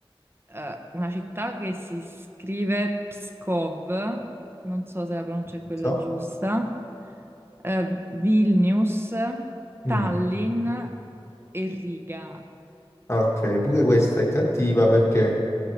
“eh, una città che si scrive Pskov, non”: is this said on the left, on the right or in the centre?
Right